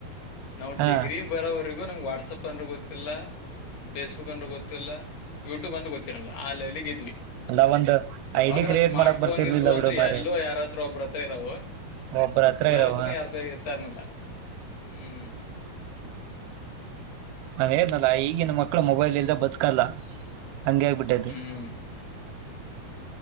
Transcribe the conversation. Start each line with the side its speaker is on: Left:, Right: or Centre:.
Left: ನಾವು
Right: ಹಾ
Left: ಡಿಗ್ರಿ ಬರೋವರ್ಗೂ ನಂಗ್ ವಾಟ್ಸಪ್ ಅಂದ್ರೆ ಗೊತ್ತಿಲ್ಲ ಫೇಸ್ಬುಕ್ ಅಂದ್ರ ಗೊತ್ತ ಗೊತ್ತಿಲ್ಲ ಯೂಟ್ಯೂಬ್ ಅಂದ್ರ ಗೊತ್ತಿರಲ್ಲ ಆ ಲೆವೆಲ್ಗ್ ಇದ್ವಿ.
Right: ಅಲ್ಲ ಒಂದು
Left: ಅವಾಗೆಲ್ಲ
Right: ಐಡಿ ಕ್ರಿಯೇಟ್
Left: ಸ್ಮಾರ್ಟ್
Right: ಮಾಡಕ್
Left: ಫೋನ್
Right: ಬರ್ತಿರ್ಲಿಲ್ಲ
Left: ಇದ್ವು ಅಂದ್ರೆ
Right: ಬಿಡು ಮಾರಾಯ
Left: ಎಲ್ಲೋ ಯಾರತ್ರ ಒಬ್ರ ಹತ್ರ ಇರವು.
Right: ಒಬ್ಬರ ಹತ್ರ
Left: ಎಲ್ಲಾರ
Right: ಇರವ
Left: ಹತ್ರಾನು ಯಾರ್ ಇರ್ತನಲ್ಲ. ಹ್ಮ್
Right: ನಾನ್ ಹೇಳ್ದ್ ನಲ್ಲ ಈಗಿನ್ ಮಕ್ಳು ಮೊಬೈಲ್ ಇಲ್ದೆ ಬದ್ಕಲ್ಲ. ಅಂಗೇ ಆಗ್ಬಿಟ್ಟದ್ದೆ.
Left: ಹ್ಮ್ ಹ್ಮ್